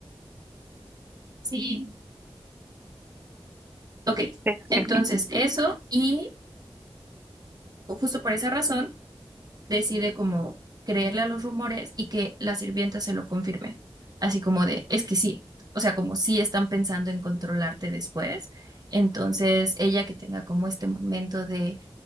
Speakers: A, on the right; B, on the right.
A: Sí, ok.
B: Pero sí.
A: Entonces,
B: <laughs> ujú,
A: eso y justo por esa razón. decide como creerle a los rumores y que la sirvienta se lo confirme, así como de, es que sí, o sea, como sí están pensando en controlarte después, entonces ella que tenga como este momento de,